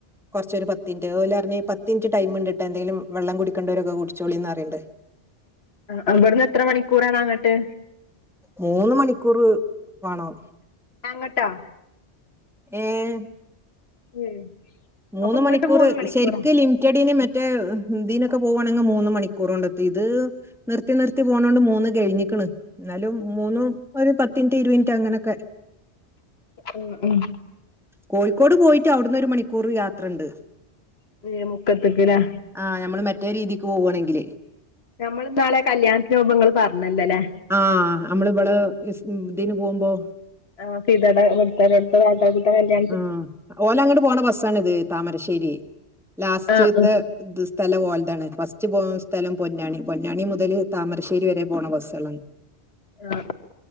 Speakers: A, in the centre; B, on the left.
A: കുറച്ച് ഒരു പത്തു മിനിറ്റ് ഓല് പറഞ്ഞു പത്തു മിനിറ്റ്ടൈം ഉണ്ട് കോട്ടോ എന്തെങ്കിലും വെള്ളം കുടിക്കണ്ടവരൊക്കെ കുടിച്ചോളിന്ന് പറയുന്നുണ്ട്.
B: ആ ഇവട്ന്ന് എത്ര മണിക്കൂറാണ് അങ്ങട്ട്?
A: മൂന്ന് മണിക്കൂർ വാ ണം.
B: അങ്ങട്ടോ?
A: ഏമ്
B: ഉം
A: മൂന്ന്
B: അപ്പൊ ഇങ്ങോട്ട്
A: മണിക്കൂർ
B: മൂന്ന് മണിക്കൂറാ
A: ശരിക്കും ലിമിറ്റഡിന് <unintelligible> മറ്റേ ഇതിനൊക്കെ പോവുവാണെങ്കിൽ മൂന്ന് മണിക്കൂർ കൊണ്ട്എത്തുംഇത് നിർത്തി നിർത്തി പോണോണ്ട് മൂന്ന് കഴിഞ്ഞിക്കണ്. ന്നാലും മൂന്നും ഒരു പത്ത് മിനിറ്റ് ഇരുപത് മിനിറ്റ് അങ്ങനൊക്കെ.
B: ഉം ഉം
A: കോഴിക്കോട് പോയിട്ട് അവിടുന്ന് ഒരു മണിക്കൂർ യാത്രയുണ്ട്.
B: <unintelligible> യെ മുക്കത്ത് ലെ
A: ആ നമ്മൾ മറ്റേ രീതിക്ക് പോവാണെങ്കില്-
B: നമ്മൾ ഇന്നാളെ കല്യാണത്തിനു പോകുമ്പോ ഇങ്ങള്പറഞ്ഞില്ലല്ലേ
A: ആ നമ്മള് ഇവള് ഇതി <unintelligible> ന് പോകുമ്പോ
B: ആ ഫീതെടെ <unintelligible> <unintelligible>
A: ഉം ഓല് അങ്ങോട്ട് പോണ ബസ്സണിത് താമരശ്ശേരി ലാസ്റ്റത്തെ
B: ആഹ്
A: ത് സ്ഥലം ഓൽതാണ് ഫസ്റ്റ് പോ സ്ഥലം പൊന്നാനി പൊന്നാനി മുതല് താമരശ്ശേരി വെരെ പോണ ബസ്സെളാണ്
B: ആഹ്